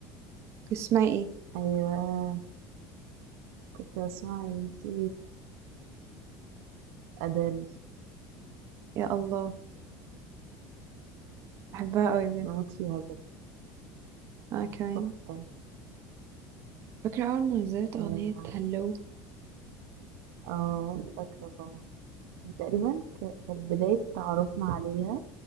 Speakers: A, on the right; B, on the right.
A: اسمعي ايه
B: أيوة كنت بسمع يا بنتي أدل
A: يا الله بحبها قوي بجد
B: بموت فيها بجد
A: انا كمان
B: تحفة
A: فاكرة اول ما نزلت
B: اه
A: اغنية هلو
B: آه، فاكرة طبعا تقريبا ك- كانت بداية تعرفنا عليها